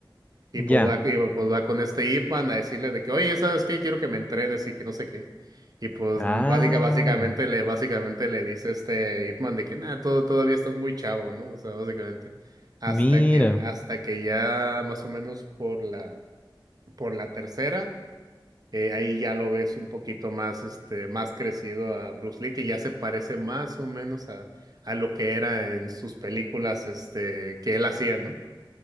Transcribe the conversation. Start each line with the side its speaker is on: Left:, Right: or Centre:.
Right: y
Left: ya.
Right: pues va, y pues va con este Ip Man a decirle de que, oye, ¿sabes qué? Quiero que me entrenes y que no sé qué. Y pues
Left: Ah,
Right: básica, básicamente le, básicamente le dice este Ip Man de que nada, todo, todavía estás muy chavo, ¿no? O sea, básicamente. Hasta
Left: mira.
Right: que, hasta que ya más o menos por la, por la tercera, eh, ahí ya lo ves un poquito más, este, más crecido a Bruce Lee, que ya se parece más o menos a, a lo que era en sus películas, este, que él hacía, ¿no?